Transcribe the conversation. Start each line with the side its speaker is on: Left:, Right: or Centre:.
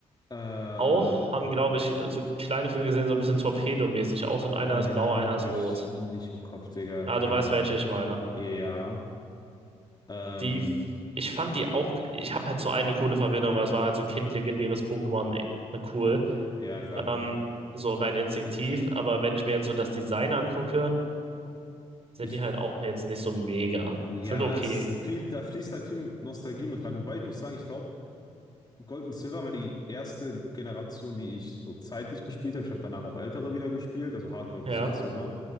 Left: Äh,
Right: auch, haben, glaube ich, so kleine Flügel sehen so ein bisschen Torpedo-mäßig aus und einer
Left: boah,
Right: ist
Left: den
Right: blau,
Left: Namen
Right: einer
Left: habe
Right: ist
Left: ich
Right: rot.
Left: nicht im Kopf, Digga,
Right: Ah,
Left: keine
Right: du weißt,
Left: Ahnung.
Right: welche ich meine.
Left: Ja, ähm,
Right: Die, ich fand die auch, ich habe halt so eine coole Verbindung, weil es war halt so kindlegendäres Pokémon äh, cool.
Left: ja, klar.
Right: Ähm, so rein instinktiv, aber wenn ich mir jetzt so das Design angucke, sind
Left: Ich,
Right: die halt auch jetzt nicht so mega.
Left: ja,
Right: Sind okay,
Left: es ist viel, da fließt halt viel Nostalgie mit rein. Wobei ich muss sagen, ich glaube, Gold und Silver war die erste Generation, die ich so zeitlich gespielt habe. Ich habe danach auch ältere wieder gespielt, also Hard Gold
Right: ja.
Left: und Soul Silver.